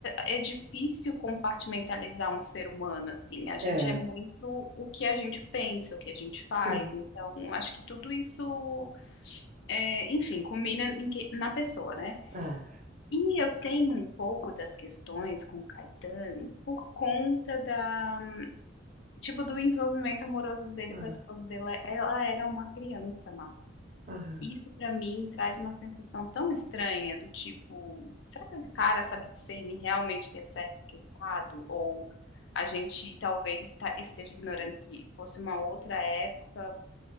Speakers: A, on the left; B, on the right.
A: é é difícil compartimentalizar um ser humano, assim. A gente
B: É,
A: é muito o que a gente pensa, o que a gente
B: sim.
A: faz. Então, acho que tudo isso, é, enfim, combina em que- na pessoa, né?
B: Ah,
A: E eu tenho um pouco das questões com o Caetano por conta da, tipo, do envolvimento amoroso dele
B: ah,
A: com a esposa dele. Ela era uma criança, Marcos.
B: aham.
A: Isso pra mim traz uma sensação tão estranha do tipo, será que esse cara sabe discernir realmente o que é certo e o que é errado? Ou a gente talvez tá- esteja ignorando que fosse uma outra época,